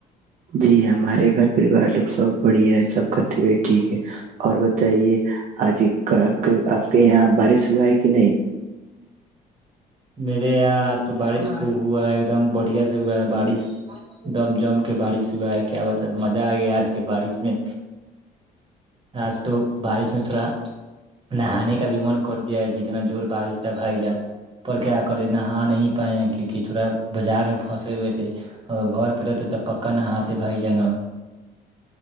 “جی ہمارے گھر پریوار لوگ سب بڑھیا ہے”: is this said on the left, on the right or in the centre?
Right